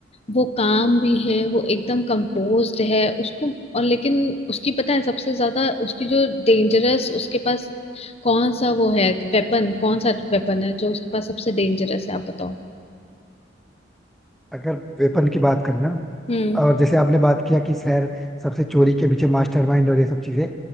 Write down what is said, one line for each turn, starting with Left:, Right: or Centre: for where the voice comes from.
Left: वो काम भी है वो एकदम कंपोज्ड है उसको और लेकिन उसकी पता है सबसे ज्यादा उसकी जो डेंजरस उसके पास कौन सा वो है वेपन कौन सा वेपन है जो उसके पास सबसे डेंजरस है आप बताओ
Centre: अगर वेपन की बात करें ना
Left: हम्म
Centre: और जैसे आपने बात किया कि सर सबसे चोरी के पीछे मास्टरमाइंड और ये सब चीजें